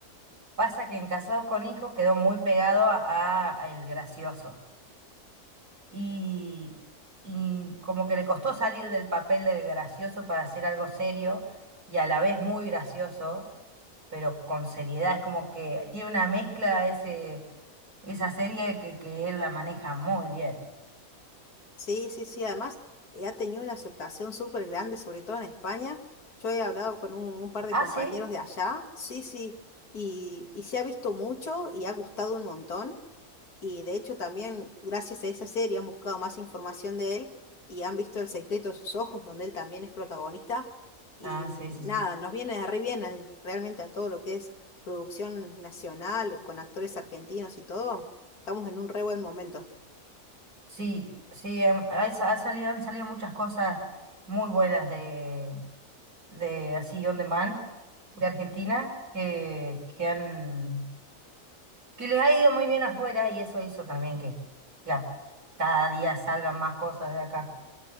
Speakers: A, on the right; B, on the left.
A: pasa que en Casados con Hijos quedó muy pegado a, a el gracioso. y, y como que le costó salir del papel del gracioso para hacer algo serio y a la vez muy gracioso, pero con seriedad. Es como que tiene una mezcla ese, esa serie que, que él la maneja muy bien.
B: Sí, sí, sí, además eh, ha tenido una aceptación súper grande, sobre todo en España. Yo he hablado con un, un par de
A: Ah,
B: compañeros
A: sí.
B: de allá, sí, sí, y, y se ha visto mucho y ha gustado un montón. Y de hecho también gracias a esa serie han buscado más información de él y han visto El secreto de sus ojos, donde él también es protagonista. Y
A: Ah, sí, sí,
B: nada,
A: sí.
B: nos viene re bien al- realmente a todo lo que es producción nacional, con actores argentinos y todo. Estamos en un re buen momento.
A: Sí, sí, han, ha sa- ha salido, han salido muchas cosas muy buenas de, de así on demand de Argentina que, que han que les ha ido muy bien afuera y eso hizo también que, que a- cada día salgan más cosas de acá.